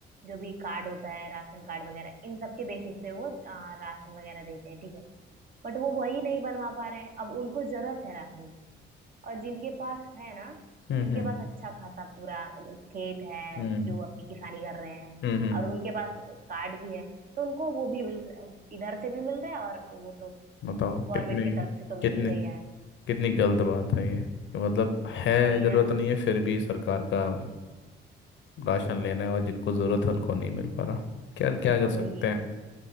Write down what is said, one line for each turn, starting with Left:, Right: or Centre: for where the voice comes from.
Right: जो भी कार्ड होता है राशन कार्ड वगैरह इन सब के बेसिस पे वो अ, राशन वगैरह देते हैं ठीक है बट वो वही नहीं बनवा पा रहे हैं अब उनको जरूरत है राशन की। और जिनके पास है ना
Left: हम्म
Right: जिनके
Left: हम्म
Right: पास अच्छा खासा पूरा खेत है
Left: हम्म
Right: जो अपनी किसानी कर रहे हैं
Left: हम्म, हम्म,
Right: और उनके पास कार्ड भी है तो उनको वो भी मिल इधर से भी मिल रहा है और वो तो
Left: बताओ
Right: गवर्नमेंट
Left: कितनी
Right: की तरफ से तो मिल
Left: कितनी
Right: ही रहा है
Left: कितनी गलत बात है ये कि मतलब है
Right: वही
Left: ज़रूरत
Right: ना
Left: नहीं है फिर भी सरकार का राशन लेना है और जिनको ज़रूरत है उनको नहीं मिल पा रहा क्या क्या कर
Right: वही
Left: सकते हैं